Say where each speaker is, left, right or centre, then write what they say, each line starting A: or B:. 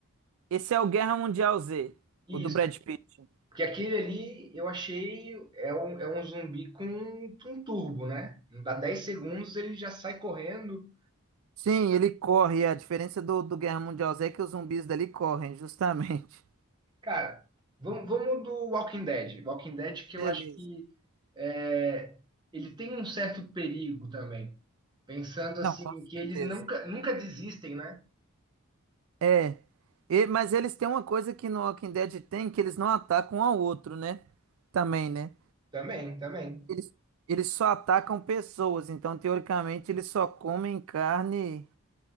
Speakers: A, on the right; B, on the right.
A: Esse é o Guerra Mundial Z,
B: Isso,
A: o do Brad Pitt.
B: porque aquele ali eu achei é um, é um zumbi com um, um turbo, né? Dá 10 segundos, ele já sai correndo.
A: Sim, ele corre. é. A diferença do, do Guerra Mundial Z é que os zumbis dali correm, justamente.
B: Cara, vamos, vamos do Walking Dead. Walking Dead que
A: <laughs> Beleza.
B: eu acho que é, ele tem um certo perigo também. Pensando assim,
A: Não, com
B: que eles
A: certeza.
B: nunca, nunca desistem, né?
A: É. E- mas eles têm uma coisa que no Walking Dead tem, que eles não atacam um ao outro, né? Também, né?
B: Também, também.
A: Eles, eles só atacam pessoas, então teoricamente eles só comem carne